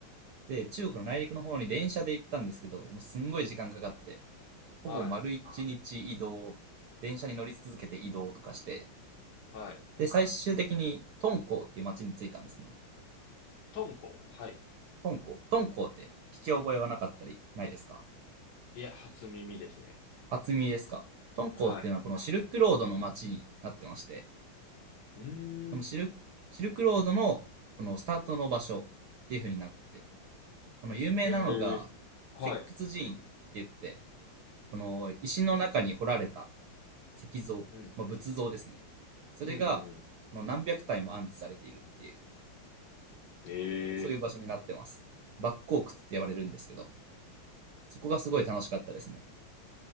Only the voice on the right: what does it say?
で、中国の内陸の方に電車で行ったんですけど、もうすんごい時間かかって、
ほぼ丸一日移動、電車に乗り続けて移動とかして、
で、最終的に敦煌っていう街に着いたんですね。
敦煌。敦煌って聞き覚えはなかったりないですか
初耳ですか敦煌っていうのはこのシルクロードの街になってまして、
そのシルシルクロードのこのスタートの場所っていう風になってて、この有名なのが
石窟寺院って言って、この石の中に掘られた石像、
まあ、仏像ですね。それがこの何百体も安置されているっていう、
そういう場所になってます。バッコークって呼ばれるんですけど、そこがすごい楽しかったですね。